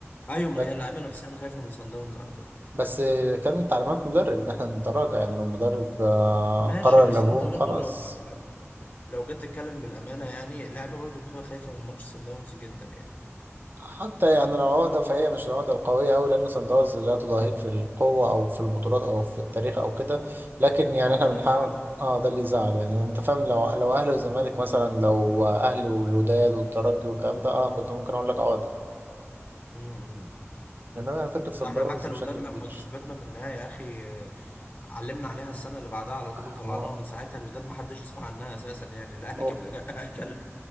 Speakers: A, on the left (about 35°); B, on the right (about 45°).
A: ايوه ما
B: لك-
A: هي اللعيبه نفسيا خايفه من سان داونز على فكره
B: بس كان تعليمات مدرب إن إحنا نتراجع يعني لو المدرب آه،
A: ماشي
B: قرر
A: بس
B: الهجوم
A: انت برضو
B: خلاص
A: لو ف... لا. لو جيت تتكلم بالامانه يعني اللعيبه برضو بتبقى خايفه من ماتش سان داونز جدا يعني
B: حتى يعني لو عقدة فهي مش العقدة القوية أوي لأن صن داونز لا تضاهيك في القوة أو في البطولات أو في التاريخ أو كده لكن يعني
A: ما هو
B: إحنا
A: ده اللي
B: بنحاول
A: يزعل
B: اه ده اللي يزعل يعني انت فاهم لو لو اهلي والزمالك مثلا لو اهلي والوداد والترجي والكلام ده اه كنت ممكن اقول لك عقده
A: مم.
B: انما انا فكره صن
A: احنا
B: داونز
A: حتى
B: بشكل
A: الوداد لما
B: كبير
A: كسبتنا في النهاية يا اخي آه، علمنا عليها السنة اللي بعدها على طول
B: آه،
A: وطلعناها
B: هو
A: من ساعتها الوداد ما حدش يسمع عنها اساسا يعني الاهلي
B: هو
A: جاب جل